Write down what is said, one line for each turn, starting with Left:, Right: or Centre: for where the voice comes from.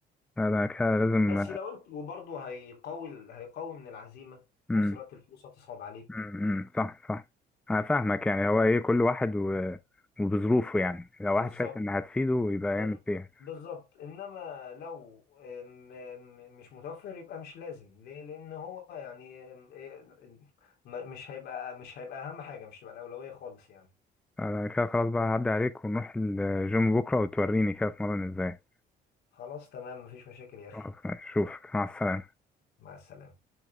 Centre: لا، ده كده لازم
Left: بس لو انت وبرضه هيقوي ال- هيقوي من العزيمة في
Centre: مم.
Left: نفس الوقت الفلوس هتصعب عليك
Centre: امم صح صح انا فاهمك يعني هو ايه كل واحد و... وبظروفه يعني لو
Left: بالظبط
Centre: واحد شايف انها هتفيده يبقى يعمل
Left: إن
Centre: فيها
Left: بالظبط انما لو ام- ام- مش متوفر يبقى مش لازم ليه لان هو يعني ام- ايه- م- مش هيبقى مش هيبقى اهم حاجة مش هتبقى الأولوية خالص يعني
Centre: انا كده خلاص بقى هعدي عليك ونروح الجيم بكره وتوريني كده اتمرن ازاي
Left: خلاص تمام مفيش مشاكل يا اخي
Centre: خلاص ماشي، اشوفك مع السلامه
Left: مع السلامة